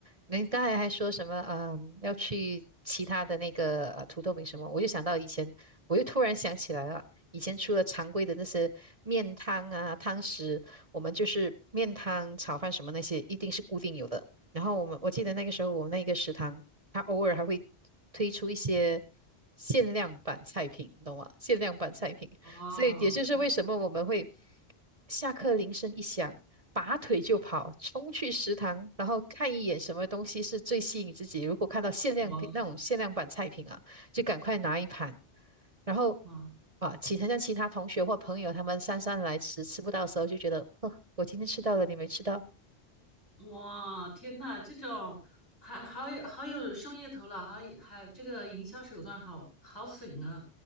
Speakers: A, on the right (about 35°); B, on the left (about 80°).
A: 您刚才还说什么啊、嗯要去其他的那个呃土豆饼什么，我就想到以前，我又突然想起来了，以前除了常规的那些面汤啊、汤食，我们就是面汤、炒饭什么那些，一定是固定有的。然后我们我记得那个时候，我们那个食堂，它偶尔还会推出一些限量版菜品，你懂吗？限量版菜品。
B: 哦，
A: 所以也就是为什么我们会
B: 还会
A: 下课铃声一响，拔腿就跑，冲去食堂，然后看一眼什么东西是最吸引自己。如果看到限量品那种限量版菜品啊，
B: 我
A: 就赶快拿一盘。然后
B: 哇
A: 啊，其他像其他同学或朋友他们姗姗来迟，吃不到的时候就觉得，呵，我今天吃到了，你没吃到。
B: 哇！天呐，这种还好有好有商业头脑，还有还这个营销手段好好狠啊！